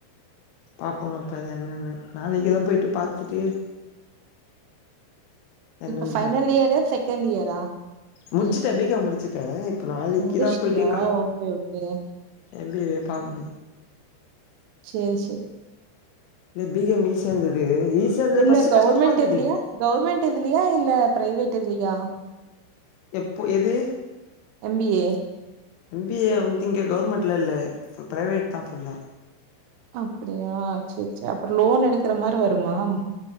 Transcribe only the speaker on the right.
இப்ப ஃபைனல் இயரா செகண்ட் இயரா
நீ
முடிச்சிட்டியா?
okay, okay.
செரி செரி
இல்ல
கவர்மெண்ட்
இதுலையா கவர்மெண்ட் இதுலையா இல்ல பிரைவேட் இதுலையா
M B A
அப்படியா செரி செரி அப்புறோ லோன் எடுக்கற மார் டு வருமாம்